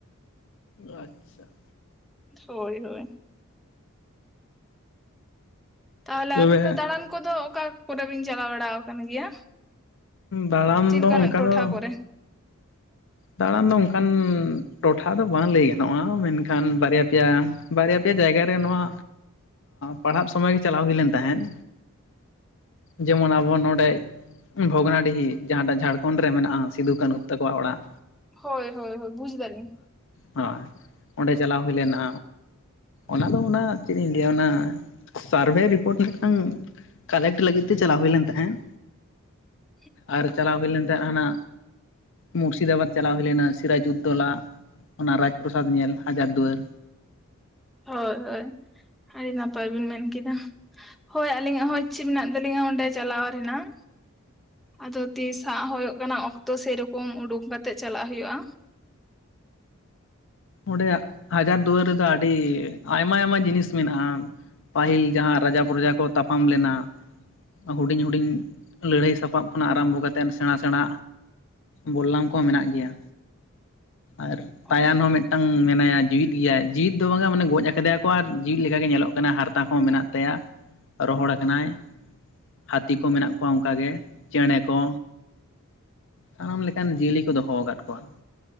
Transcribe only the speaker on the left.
ᱟᱪᱪᱷᱟ
ᱛᱚᱵᱮ
ᱫᱟᱬᱟᱱ
ᱫᱚ ᱚᱱᱠᱟ
ᱫᱚ
ᱫᱟᱬᱟᱱ ᱫᱚ ᱚᱱᱠᱟᱱ ᱴᱚᱴᱷᱟ ᱫᱚ ᱵᱟᱝ ᱞᱟᱹᱭ ᱜᱟᱱᱚᱜᱼᱟ ᱢᱮᱱᱠᱷᱟᱱ ᱵᱟᱨᱭᱟ ᱯᱮᱭᱟ ᱵᱟᱨᱭᱟ ᱯᱮᱭᱟ ᱡᱟᱭᱜᱟ ᱨᱮ ᱱᱚᱣᱟ ᱯᱟᱲᱦᱟᱜ ᱥᱚᱢᱚᱭ ᱜᱮ ᱪᱟᱞᱟᱣ ᱦᱩᱭ ᱞᱮᱱ ᱛᱟᱦᱮᱸᱫ ᱡᱮᱢᱚᱱ ᱟᱵᱚ ᱱᱚᱰᱮ ᱵᱷᱚᱜᱽᱱᱟᱰᱤᱦᱤ ᱡᱟᱦᱟᱸᱴᱟᱜ ᱡᱷᱟᱲᱠᱷᱚᱸᱰ ᱨᱮ ᱢᱮᱱᱟᱜᱼᱟ ᱥᱤᱫᱩ ᱠᱟᱹᱱᱦᱩ ᱛᱟᱠᱚᱣᱟᱜ ᱚᱲᱟᱜ
ᱦᱳᱭ ᱚᱸᱰᱮ ᱪᱟᱞᱟᱣ ᱦᱩᱭ ᱞᱮᱱᱟ ᱚᱱᱟᱫᱚ ᱚᱱᱟ ᱪᱮᱫ ᱤᱧ ᱞᱟᱹᱭᱟ ᱚᱱᱟ ᱥᱟᱨᱵᱷᱮ ᱨᱤᱯᱳᱨᱴ ᱢᱤᱫᱴᱟᱝ ᱠᱟᱞᱮᱠᱴ ᱞᱟᱹᱜᱤᱫ ᱛᱮ ᱪᱟᱞᱟᱣ ᱦᱳᱭ ᱞᱮᱱ ᱛᱟᱦᱮᱸᱫ
ᱟᱨ ᱪᱟᱞᱟᱣ ᱦᱳᱭ ᱞᱮᱱ ᱛᱟᱦᱮᱸ ᱦᱟᱱᱟ ᱢᱩᱨᱥᱤᱫᱟᱵᱟᱫᱽ ᱪᱟᱞᱟᱣ ᱦᱳᱭ ᱞᱮᱱᱟ ᱥᱤᱨᱟᱡᱩᱫᱽᱫᱳᱞᱟ ᱚᱱᱟ ᱨᱟᱡᱽ ᱯᱨᱚᱥᱟᱫᱽ ᱧᱮᱞ ᱦᱟᱡᱟᱨ ᱫᱩᱣᱟᱹᱨ
ᱚᱸᱰᱮ ᱦᱟᱡᱟᱨ ᱫᱩᱣᱟᱹᱨ ᱨᱮᱫᱚ ᱟᱹᱰᱤ ᱟᱭᱢᱟ ᱟᱭᱢᱟ ᱡᱤᱱᱤᱥ ᱢᱮᱱᱟᱜᱼᱟ᱾ ᱯᱟᱹᱦᱤᱞ ᱡᱟᱦᱟᱸ ᱨᱟᱡᱟ ᱯᱨᱚᱡᱟ ᱠᱚ ᱛᱟᱯᱟᱢ ᱞᱮᱱᱟ᱾ ᱦᱩᱰᱤᱧ ᱦᱩᱰᱤᱧ ᱞᱟᱹᱲᱦᱟᱹᱭ ᱥᱟᱯᱟᱵ ᱠᱷᱚᱱᱟᱜ ᱟᱨᱟᱢᱵᱚ ᱠᱟᱛᱮᱱ ᱥᱮᱬᱟ ᱥᱮᱬᱟ ᱵᱚᱞᱞᱟᱢ ᱠᱚᱦᱚᱸ ᱢᱮᱱᱟᱜ ᱜᱮᱭᱟ ᱟᱨ ᱛᱟᱭᱟᱱ
ᱦᱚᱸ ᱢᱤᱫ- ᱢᱤᱫᱴᱟᱝ ᱢᱮᱱᱟᱭᱟ ᱡᱤᱣᱤᱫ ᱜᱮᱭᱟᱭ, ᱡᱤᱣᱤᱫ ᱫᱚ ᱵᱟᱝᱟ ᱢᱟᱱᱮ ᱜᱚᱡ ᱠᱟᱫᱮᱭᱟᱠᱚ ᱟᱨ ᱡᱤᱣᱤᱫ ᱞᱮᱠᱟᱜᱮ ᱧᱮᱞᱚᱜ ᱠᱟᱱᱟ, ᱦᱟᱨᱛᱟ ᱦᱚᱸ ᱢᱮᱱᱟᱜ ᱛᱟᱭᱟ᱾ ᱨᱚᱦᱚᱲ ᱠᱟᱱᱟᱭ ᱦᱟᱹᱛᱤ ᱠᱚ ᱢᱮᱱᱟᱜ ᱠᱚᱣᱟ ᱚᱱᱠᱟᱜᱮ ᱪᱮᱸᱬᱮ ᱠᱚ᱾ ᱥᱟᱱᱟᱢ ᱞᱮᱠᱟᱱ ᱡᱤᱭᱟᱹᱞᱤ ᱠᱚ ᱫᱚᱦᱚ ᱠᱟᱫ ᱠᱚᱣᱟ